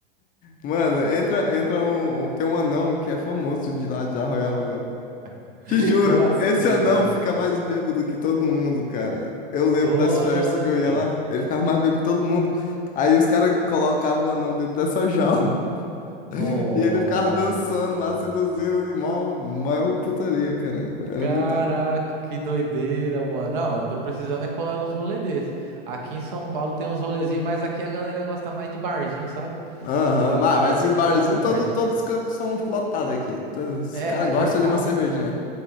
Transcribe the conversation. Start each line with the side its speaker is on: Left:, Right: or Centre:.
Left: mano, entra, entra um. um- Tem um anão que é famoso de lá de Arroial agora.
Right: <laughs>
Left: Te juro,
Right: Como assim,
Left: esse anão
Right: mano?
Left: fica mais bêbado que todo mundo, cara. Eu lembro
Right: Caraca.
Left: das festas que eu ia lá, ele ficava mais bêbado que todo mundo. Aí os caras colocavam o anão dentro dessa jaula
Right: Nossa,
Left: <laughs> e ele ficava dançando
Right: mano.
Left: lá, seduzindo, e mó, mó putaria, cara. Era
Right: Caraca,
Left: muita.
Right: que doideira, mano. Não, eu tô precisando é colar nos rolês desse. Aqui em São Paulo tem uns rolezinhos, mas aqui a galera gosta mais de barzinho, sabe?
Left: Aham,
Right: Colar
Left: Mas,
Right: no bar,
Left: mas o barzinho,
Right: colar no bar.
Left: todo, todos os cantos são lotados aqui. Todos-
Right: É,
Left: os caras
Right: aí
Left: gostam
Right: tá, tá,
Left: de uma cervejinha.